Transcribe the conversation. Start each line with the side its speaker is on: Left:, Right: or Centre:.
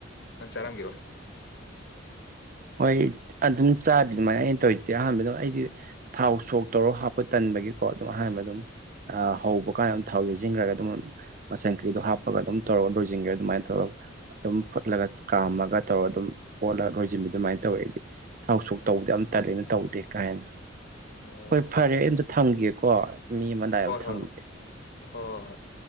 Left: ꯅꯪ ꯆꯔꯥꯝꯒꯤꯔꯣꯏ
Right: ꯍꯣꯏ ꯑꯗꯨꯝ ꯆꯥꯕꯤ ꯑꯗꯨꯃꯥꯏꯅ ꯑꯩꯅ ꯇꯧꯔꯤꯗꯦ ꯑꯍꯥꯟꯕꯗꯣ ꯑꯩꯗꯤ ꯊꯥꯎ ꯁꯣꯛꯇꯧꯔꯒ ꯍꯥꯞꯄ ꯇꯟꯕꯒꯤꯀꯣ ꯑꯗꯨꯝ ꯍꯥꯟꯕ ꯑꯗꯨꯝ ꯑ ꯍꯧꯕ ꯀꯥꯟꯗ ꯑꯗꯨꯝ ꯊꯥꯎ ꯌꯩꯁꯤꯟꯈ꯭ꯔꯒ ꯑꯗꯨꯝ ꯃꯆꯟ ꯀꯩꯗꯣ ꯍꯥꯞꯄꯒ ꯑꯗꯨꯝ ꯇꯧꯔꯒ ꯂꯣꯏꯁꯤꯟꯒ꯭ꯔꯦ ꯑꯗꯨꯃꯥꯏꯅ ꯇꯧꯔꯒ ꯑꯗꯨꯝ ꯐꯨꯠꯂꯒ ꯀꯥꯝꯃꯒ ꯇꯧꯔꯒ ꯑꯗꯨꯝ ꯑꯣꯠꯂꯒ ꯂꯣꯏꯁꯤꯟꯕꯤ ꯑꯗꯨꯃꯥꯏꯅ ꯇꯧꯋꯦ ꯑꯩꯗꯤ ꯊꯥꯎ ꯁꯣꯛ
Left: ꯎꯝ
Right: ꯇꯧꯕꯗꯤ ꯌꯝꯇꯟꯂꯦ ꯇꯧꯗꯦ ꯀꯥꯏꯅ
Left: ꯑꯣ
Right: ꯍꯣꯏ ꯐꯔꯦ
Left: ꯑꯗꯨꯝ
Right: ꯑꯩ ꯑꯝꯇ ꯊꯝꯒꯤꯒꯦꯀꯣ ꯃꯤ ꯑꯃꯂꯛꯑꯦ
Left: ꯍꯣꯏ ꯍꯣꯏ
Right: ꯊꯝꯈꯤꯒꯦ
Left: ꯍꯣꯏ ꯍꯣꯏ ꯍꯣꯏ ꯍꯣꯏ